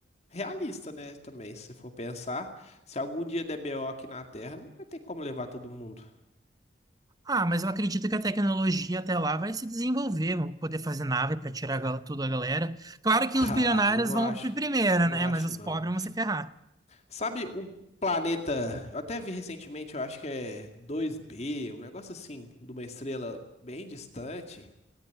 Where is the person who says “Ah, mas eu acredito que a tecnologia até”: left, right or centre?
Right